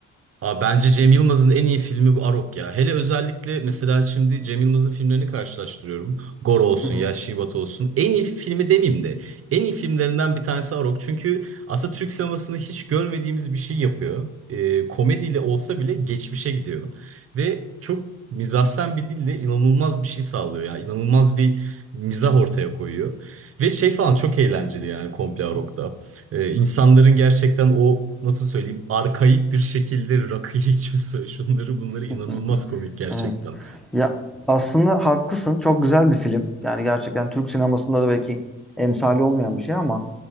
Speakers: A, on the right; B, in the centre.
A: abi bence Cem Yılmaz'ın en iyi filmi bu Arog ya. Hele özellikle mesela şimdi Cem Yılmaz'ın filmlerini karşılaştırıyorum. Gor olsun,
B: Hı hı.
A: ya Batı olsun. En iyi filmi demeyeyim de en iyi filmlerinden bir tanesi Arog. Çünkü aslında Türk sinemasında hiç görmediğimiz bir şey yapıyor. Ee, komediyle olsa bile geçmişe gidiyor. Ve çok mizahsen bir dille inanılmaz bir şey sağlıyor ya. İnanılmaz bir mizah ortaya koyuyor. Ve şey falan çok eğlenceli yani komple Arog'da. Ee, insanların gerçekten o nasıl söyleyeyim arkaik bir şekilde rakıyı <laughs> içmesi, şunları bunları inanılmaz
B: <laughs>
A: komik gerçekten.
B: Evet. Ya aslında haklısın. Çok güzel bir film. Yani gerçekten Türk sinemasında da belki emsali olmayan bir şey ama